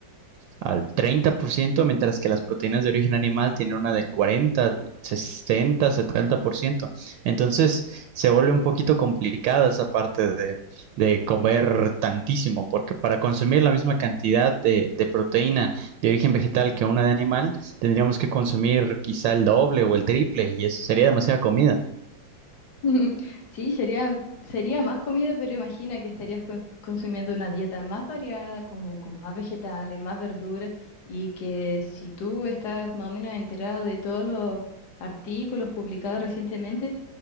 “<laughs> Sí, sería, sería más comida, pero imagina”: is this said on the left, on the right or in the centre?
Left